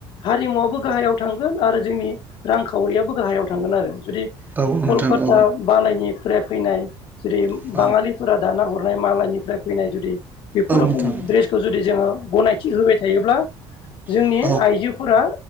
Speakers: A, on the left; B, on the right.
A: हारिमुवाबो गाहायाव थांगोन आरो जोंनि रांखावरियाबो गाहायाव थांगोन आरो जुदि
B: औ
A: कलकाता
B: नोंथां औ
A: मालायनिफ्राय फैनाय जेरै
B: औ
A: बाङालिफोरा दाना हर हरनाय मालायनिफ्राय फैनाय जुदि। बेफोर
B: औ
A: रोखम
B: औ
A: ड्रेसखौ जुदि जोङो गनायथि होबाय थायोब्ला। जोंनि
B: औ औ
A: आइजोफोरा